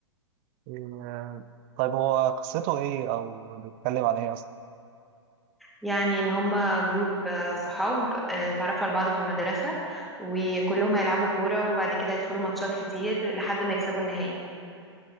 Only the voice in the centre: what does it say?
يعني ان هما جروب آه، صحاب آه، اتعرفوا على بعض في المدرسة وكلهم هيلعبوا كورة وبعد كده هيدخلوا ماتشات كتير لحد ما يكسبوا النهائي